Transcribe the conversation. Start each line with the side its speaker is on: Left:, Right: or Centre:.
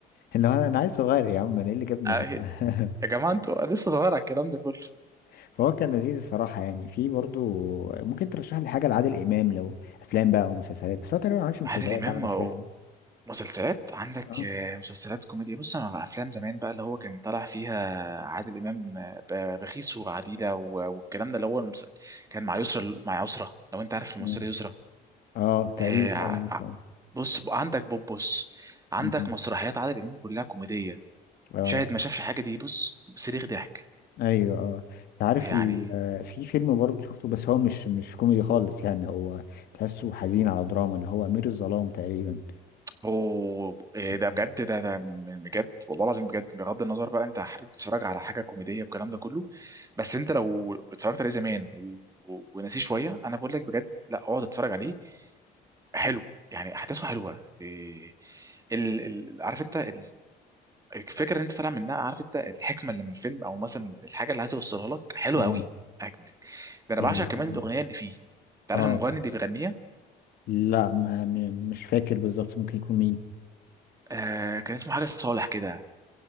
Left: اللي هو انا عايز صغير يا عم انا ايه اللي جابني
Right: آه،
Left: هنا
Right: يا جماعه انتوا أنا لسه صغير على الكلام ده كله
Left: <laughs> فهو كان لذيذ الصراحه يعني في برضو ممكن ترشح لي حاجه لعادل امام لو افلام بقى او مسلسلات بس هو تقريبا ما عملش مسلسلات
Right: عادل امام
Left: عمل افلام
Right: مسلسلات عندك
Left: اه
Right: آه، مسلسلات كوميديا بص انا بقى افلام زمان بقى اللي هو كان طالع فيها عادل امام آه، ب- بخيس وعديله و- والكلام ده اللي هو المس... كان مع يسرا مع يسرا لو انت عارف الممثله
Left: مم.
Right: يسرا
Left: اه تقريبا
Right: آه، ع-
Left: اه عارفه.
Right: ع- بص بقى عندك بوبوس عندك
Left: مم.
Right: مسرحيات عادل امام كلها كوميديه
Left: اه
Right: شاهد ما شافش حاجه دي بص صريخ ضحك
Left: ايوه اه انت عارف
Right: يعني
Left: ال... آه، في فيلم برضه شفته بس هو مش مش كوميدي خالص يعني هو تحسه حزين على دراما اللي هو امير الظلام تقريبا
Right: اوه إيه ده
Left: مم.
Right: بجد ده ده من من بجد والله العظيم بجد بغض النظر بقى انت حابب تتفرج على حاجه كوميديه والكلام ده كله بس انت لو اتفرجت عليه زمان و... و... ونسيه شويه انا بقول لك بجد لا اقعد اتفرج عليه حلو يعني احداثه حلوه إيه ال... ال... عارف انت ال... الفكره اللي انت طالع منها عارف انت الحكمه اللي من الفيلم او مثلا الحاجه اللي عايز يوصلها لك حلوه
Left: اه
Right: قوي أكد. ده انا
Left: يعني
Right: بعشق كمان
Left: اه
Right: الاغنيه اللي فيه انت عارف
Left: آه.
Right: المغني اللي بيغنيها
Left: لا ما م- مش فاكر بالظبط ممكن يكون مين
Right: آه كان اسمه حاجه صالح كده